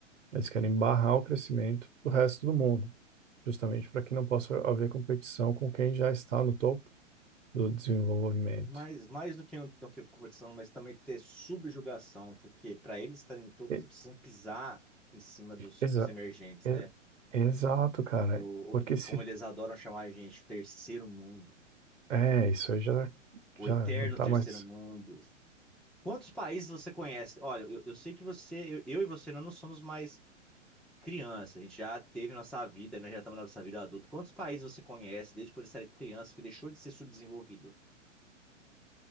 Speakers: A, on the right; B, in the centre.
A: Eles querem barrar o crescimento do resto do mundo, justamente para que não possa haver competição com quem já está no topo do desenvolvimento.
B: Mas mais do que, do que competição, mas também ter subjugação, porque para eles estarem no topo,
A: E-
B: eles precisam pisar em cima dos,
A: exa-
B: dos emergentes,
A: e-
B: né?
A: exato, cara.
B: Do,
A: Porque
B: do
A: se.
B: como eles adoram chamar a gente, terceiro mundo,
A: É, isso aí já,
B: o
A: já
B: eterno
A: não tá
B: terceiro
A: mais.
B: mundo. Quantos países você conhece? Olha, eu, eu sei que você, eu, eu e você nós não somos mais criança, a gente já teve nossa vida, nós já estamos na nossa vida adulta. Quantos países você conhece desde quando você era criança que deixou de ser subdesenvolvido?